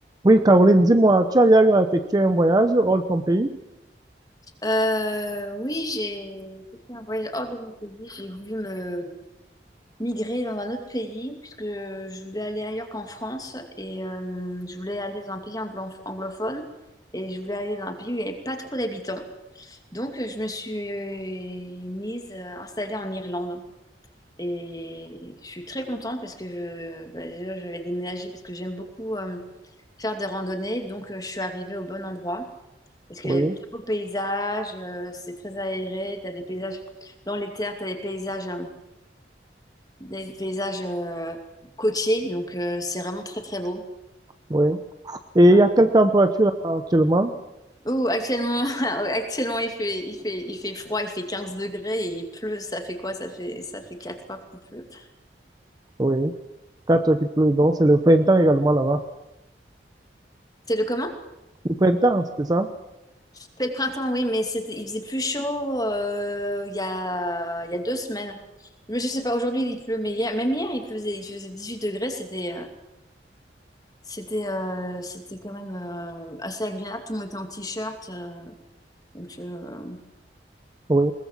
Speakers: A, on the right; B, on the left.
A: Oui, Caroline, dis-moi, tu as déjà eu à effectuer un voyage hors de ton pays?
B: Euh, oui, j'ai j'ai fait un voyage hors de mon pays. J'ai voulu me migrer dans un autre pays puisque je voulais aller ailleurs qu'en France et euh, je voulais aller dans un pays anglo- anglophone et je voulais aller dans un pays où il n'y avait pas trop d'habitants. Donc je me suis euh, mise euh, installée en Irlande et je suis très contente parce que je, bah, déjà j'avais déménagé parce que j'aime beaucoup euh, faire des randonnées donc euh, je suis arrivée au bon endroit. Parce qu'il
A: Oui,
B: y a de très beaux paysages, euh, c'est très aéré, tu as des paysages dans les terres, tu as des paysages, euh, des paysages euh, côtiers, donc euh, c'est vraiment très très beau.
A: oui. Et
B: Ouais.
A: il y a quelle température actuellement?
B: Ouh, actuellement, <laughs> actuellement il fait, il fait, il fait froid, il fait 15 degrés et il pleut, ça fait quoi? Ça fait, ça fait 4 heures qu'il pleut.
A: Oui, 4 qui pleut, donc c'est le printemps également là-bas.
B: C'est le commun?
A: Le printemps, c'est ça?
B: C'est le printemps, oui, mais c'était, il faisait plus chaud euh, il y a, il y a deux semaines. Mais je sais pas, aujourd'hui il pleut, mais hier, même hier il faisait, il faisait 18 degrés, c'était euh, C'était euh, c'était quand même euh, assez agréable. Tout le monde était en t-shirt. euh, donc, euh,
A: Oui,